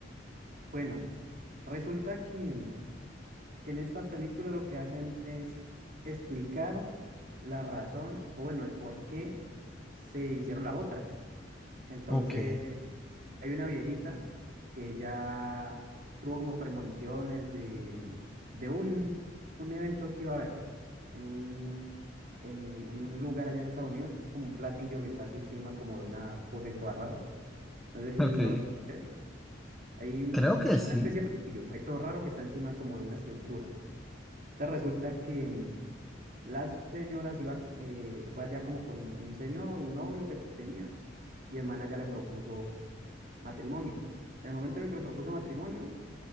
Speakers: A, on the right; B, in the centre.
A: Bueno, resulta que mm, en esta película lo que hacen es explicar la razón, o bueno, el por qué se hicieron las otras. Entonces,
B: Ok,
A: hay una viejita que ya tuvo como premoniciones de, mm, de un, un evento que iba a haber en un, en un lugar allá en Estados Unidos, que es como un platillo que está así encima como de una cosa y toda rara. No sé si
B: ok,
A: lo reconoces. Hay,
B: creo que
A: hay como
B: sí.
A: una especie de platillo, hay todo raro que está encima como de una estructura. Entonces resulta que mm, la señora se iba, eh, fue allá como con un, un señor, un novio que tenía, y el man ya le propuso matrimonio. En el momento en el que le propuso matrimonio,